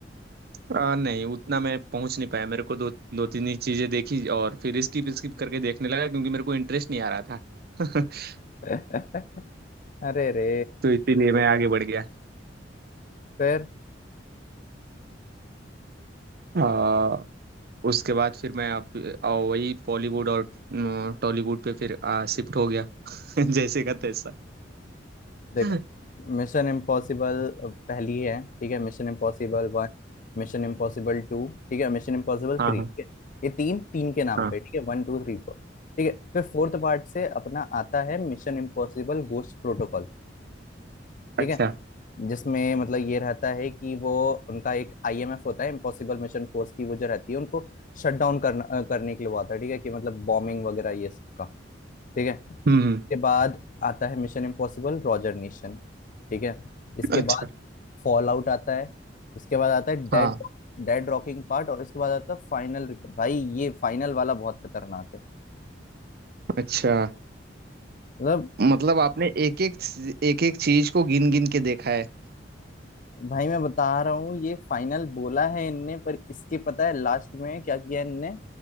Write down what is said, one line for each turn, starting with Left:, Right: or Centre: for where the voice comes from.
Right: आ, नहीं उतना मैं पहुंच नहीं पाया मेरे को दो दो तीन ही चीजें देखी और फिर स्किप स्किप करके देखने लगा क्योंकि मेरे को इंटरेस्ट नहीं आ रहा था <laughs>
Left: <laughs> अरे रे
Right: तो इसीलिए मैं आगे बढ़ गया
Left: फिर
Right: आ, उसके बाद फिर मैं अब आ, वही बॉलीवुड और न, टॉलीवुड पे फिर आ, शिफ्ट हो गया <laughs> जैसे का तैसा
Left: देखो
Right: हाँ
Left: मिशन इम्पॉसिबल पहली है ठीक है Mission impossible one mission impossible two ठीक है मिशन इम्पॉसिबल
Right: हाँ
Left: थ्री ठीक है ये तीन तीन के नाम
Right: हाँ
Left: पे ठीक है वन टू थ्री फोर ठीक है फिर फोर्थ पार्ट से अपना आता है मिशन इम्पॉसिबल गोस्ट प्रोटोकॉल
Right: अच्छा
Left: ठीक है जिसमें मतलब ये रहता है कि वो उनका एक आईएमएफ होता है इम्पॉसिबल मिशन फोर्स की वो जो रहती है उनको शट डाउन करना करने के लिए वो आता है ठीक है कि मतलब बॉम्बिंग वगैरह ये सब का ठीक है
Right: हम्म हम्म,
Left: इसके बाद आता है मिशन इम्पॉसिबल रॉजर नेशन ठीक है इसके
Right: अच्छा
Left: बाद फॉल आउट आता है इसके बाद आता है डेड
Right: हाँ
Left: डेड रॉकिंग पार्ट और इसके बाद आता है फाइनल भाई ये फाइनल वाला बहुत खतरनाक है
Right: अच्छा
Left: मतलब
Right: मतलब आपने एक एक एक एक चीज को गिन गिन के देखा है
Left: भाई मैं बता रहा हूँ ये फाइनल बोला है इनने पर इसके पता है लास्ट में क्या किया इनने